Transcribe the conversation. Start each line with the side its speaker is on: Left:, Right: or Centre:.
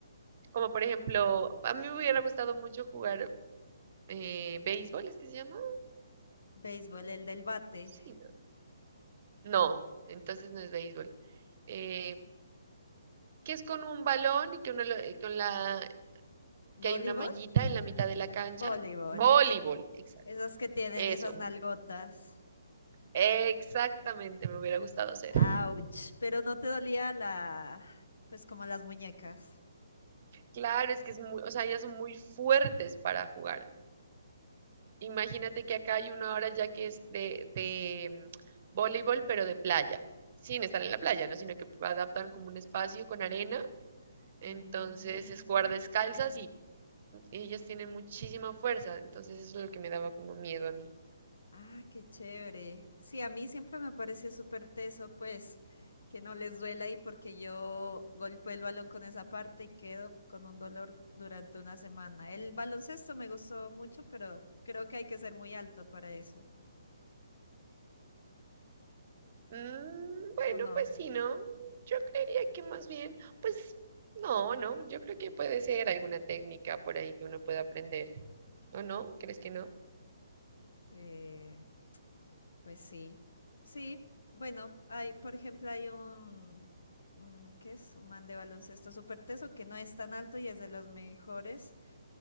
Right: Como por ejemplo, a mí me hubiera gustado mucho jugar eh, béisbol, ¿es que se llama?
Left: Béisbol, el del bate.
Right: Sí. No, entonces no es béisbol. Eh, que es con un balón y que uno lo- eh, con la, que
Left: ¿Voleibol?
Right: hay una mallita en la mitad de la cancha.
Left: Voleibol.
Right: Voleibol, exacto.
Left: Esas que tienen
Right: Eso,
Left: esas nalgotas.
Right: exactamente, me hubiera gustado hacer.
Left: Ouch. Pero no te dolía la, pues como las muñecas.
Right: Claro, es que es muy, o sea, ellas son muy fuertes para jugar. Imagínate que acá hay una hora ya que es de, de mm, voleibol, pero de playa, sin estar en la playa, ¿no? Sino que adaptan como un espacio con arena. Entonces
Left: Mm,
Right: es jugar descalzas y ellas tienen muchísima fuerza. Entonces eso es lo que me daba como miedo a mí.
Left: Ah, qué chévere. Sí, a mí siempre me pareció súper teso, pues, que no les duela y porque yo golpeo el balón con esa parte y quedo con un dolor durante una semana. El baloncesto me gustó mucho, pero creo que hay que ser muy alto para eso.
Right: Mm, bueno,
Left: ¿O no?
Right: pues sí, ¿no? Yo creería que más bien, pues no, no, yo creo que puede ser alguna técnica por ahí que uno pueda aprender, ¿o no? ¿Crees que no?
Left: Eh, Pues sí, sí. Bueno, hay, por ejemplo, hay un, un- ¿qué es? Un man de baloncesto súper teso que no es tan alto y es de los mejores.